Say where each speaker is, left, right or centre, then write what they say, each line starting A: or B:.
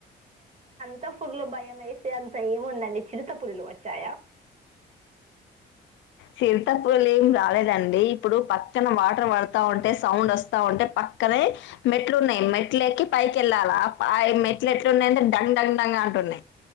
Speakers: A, on the right; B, on the left.
A: చిత్త పుర్లు భయం వేసి అంత ఏముందండి చిరుతపుుర్లు వచ్చాయా
B: చిరతపులు ఏం రాలేదండి ఇప్పుడు పక్కన వాటర్ పడతా ఉంటే సౌండ్ వస్తా ఉంటే పక్కనే మెట్లు ఉన్నాయి మెట్లకి పై కెళ్ళాల ఆ మెట్లు ఎట్లు ఉన్నాయింటే డంగ్ డంగ్ డంగ్ అంటున్నాయి